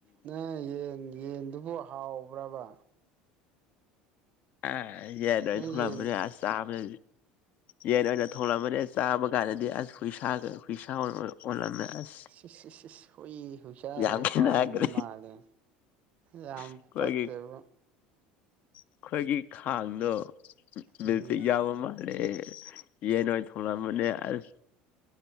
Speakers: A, on the right (about 40°); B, on the left (about 45°).
A: ꯅꯪ ꯌꯦꯟ ꯌꯦꯟꯗꯨꯕꯨ ꯍꯥꯎꯕ꯭ꯔꯕ
B: ꯑꯥ ꯑꯩ ꯌꯦꯟ ꯅꯣꯏ
A: ꯅꯪ
B: ꯊꯣꯛꯂꯛꯕꯅꯦ
A: ꯌꯦꯟ
B: ꯑꯁ ꯆꯥꯝꯅꯦ ꯌꯦꯟ ꯑꯣꯏꯅ ꯊꯣꯂꯝꯃꯅꯦ ꯆꯥꯕ ꯀꯥꯟꯗꯗꯤ ꯑꯁ ꯍꯨꯏꯁꯥ ꯒ ꯍꯨꯏꯁꯥ ꯑꫭꯏ ꯑꯣꯜꯂꯝꯃꯦ ꯑꯁ
A: ꯁꯤ ꯁꯤ ꯁꯤꯁ ꯍꯨꯏ ꯍꯨꯁꯥ
B: ꯌꯥꯝ
A: ꯒꯁꯦ
B: ꯈꯦꯠꯅꯈ꯭ꯔꯦ
A: ꯄꯥꯝꯕ ꯃꯥꯜꯂꯦ ꯌꯥꯝ
B: ꯑꯩꯈꯣꯏꯒꯤ
A: ꯄꯛꯇꯕ
B: ꯑꯩꯈꯣꯏꯒꯤ ꯈꯥꯡꯗꯣ ꯃꯦꯖꯤꯛ
A: ꯎꯝ
B: ꯌꯥꯕ ꯃꯥꯂꯦ ꯌꯦꯟ ꯑꯣꯏꯅ ꯊꯣꯡꯂꯝꯕꯅꯦ ꯑꯁ